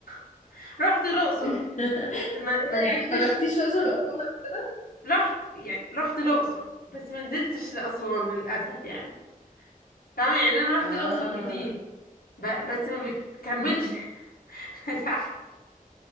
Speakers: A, on the left; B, on the left.
A: <laughs> رحت الاقصر
B: <laughs> إيه
A: بس ما
B: ده
A: ما نزلتش
B: يعني ما رحتيش الاقصر واسوان قبل كده
A: رحت يعني رحت الاقصر بس ما نزلتش لاسوان للاسف يعني فاهمة يعني انا رحت
B: اه
A: الاقصر كتير ب... بس ما بكملش
B: امم
A: <laughs> تحت